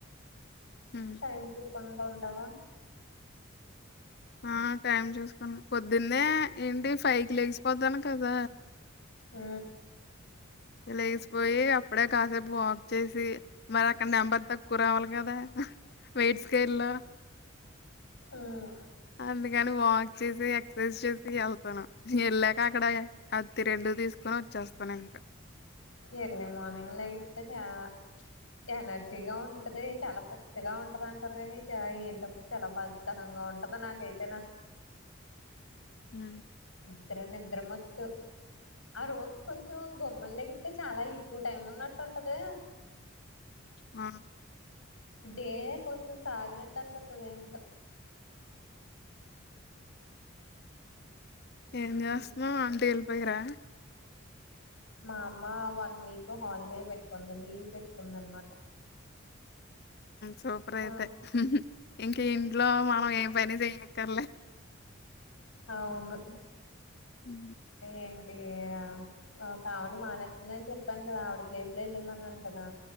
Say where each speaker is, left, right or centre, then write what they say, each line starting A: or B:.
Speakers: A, on the left (about 50°); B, on the left (about 85°).
A: హ్మ్
B: టైం చూసుకుంటా ఉం అవా
A: ఆ టైం చూసుకున్న పొద్దిన్నే ఏంటి ఫైవ్ కి లేక్సి పోతాను కదా
B: ఆ
A: లేసిపోయి అప్పుడే కాసేపు వాక్ చేసి మరి అక్కడ నెంబర్ తక్కువ రావాలి కదా వెయిట్స్ గైడ్లో
B: ఉమ్
A: అందు కాని వాక్ చేసి ఎక్సర్సైజ్ చేసి వెళ్తాను వెళ్ళాక అక్కడ అత్తి రెండు తీసుకొని వచ్చేస్తానుండి
B: ఎర్లీ మార్నింగ్ లేగితే చాలా ఎనర్జీగా ఉంటది చాలా ఫ్రెష్గా ఉంటది అంటారు కాని చ ఏంటి చాలా బద్ధకంగా ఉంటది నాకైతేనా
A: హ
B: తీర నిద్ర మొత్తు ఆ రో కొంచెం గొమ్మన్ లెగి అయితే చాలా ఎక్కువ టైం ఉన్నట్టుంటదే
A: ఆ
B: డే కొంచం సాగనట్టనిపితదెంటో
A: ఏం
B: హ్మ్.
A: జేస్త్నావ్ ఆంటీల్ పోయేరా
B: మా అమ్మ వన్ వీక్ హాలిడే పెట్టుకుంది లీవ్ పెట్టుకుందనమాట
A: సూపర్ అయితే
B: ఆ!
A: ఇంక ఇంట్లో
B: అ
A: మనం
B: అన్
A: ఏం పని చేయ అక్కర్లే
B: అవును
A: హ్మ్.
B: ఏం అది ఆ ఓకావిడ మానెస్తుందని చెప్పాను కదా ఆవిడ ప్లేస్ లో వెళ్ళిందన్నాను కదా